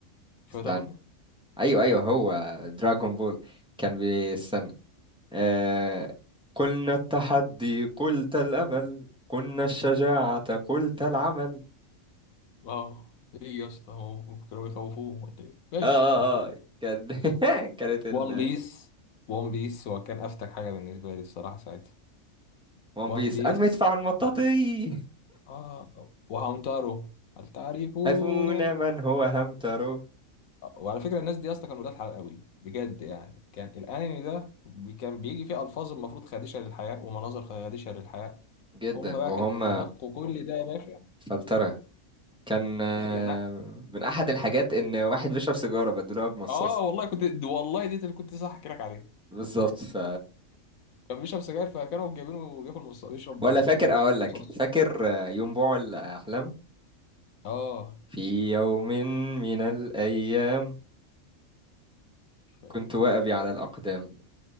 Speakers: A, on the left (about 75°); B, in the centre.
A: شو
B: استنى
A: ده برضه
B: ايوه ايوه هو دراغون بول كان بيستنى آه... قلنا التحدي قلت الامل قلنا الشجاعه قلت العمل
A: اه ايه يا اسطى هو كانوا بيخوفوهم ولا ايه ماشي
B: اه اه
A: ماشي ماشي
B: اه كان <laughs> كانت ال
A: وان بيس وان بيس هو كان افتك حاجه بالنسبه لي الصراحه ساعتها
B: ون
A: وان
B: بيس
A: بيس
B: المدفع المطاطي
A: اه وهامتارو هل تعرفون
B: هفونا من هو همترو
A: وعلى فكره الناس دي اصلا كانوا ولاد حلال قوي بجد يعني كان الانمي ده بي- كان بيجي فيه الفاظ المفروض خادشه للحياء ومناظر خادشه للحياء
B: جدا
A: هم بقى
B: وهم
A: كانوا بينقوا كل ده يا باشا
B: فلترة كان آه،
A: <laughs> يعني أنا-
B: من احد الحاجات ان واحد بيشرب سيجاره بدلوها بمصاص
A: اه والله كنت والله دي اللي كنت صح احكي لك عليها
B: بالظبط ف
A: كان بيشرب سجاير فكانوا جايبينه بياكل مص... بيشرب
B: ولا فاكر
A: بياكل
B: اقول لك
A: مصاصة
B: فاكر آه، يوم بوع الاحلام
A: اه
B: في يوم من الايام
A: مش فاكر
B: كنت واقبي
A: انا عشان-
B: على الاقدام